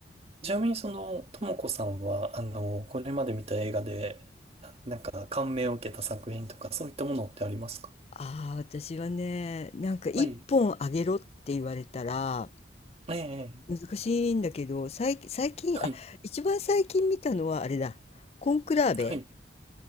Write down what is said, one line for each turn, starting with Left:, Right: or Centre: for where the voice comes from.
Right: ちなみにその、ともこさんは、あの、これまで見た映画で、なんか感銘を受けた作品とか、そういったものってありますか
Left: ああ、私はね、なんか一本あげろって言われたら
Right: はい。えええ
Left: 難しいんだけど、最近、最近、
Right: はい。
Left: あ、一番最近見たのはあれだ、コンクラーベ
Right: はい。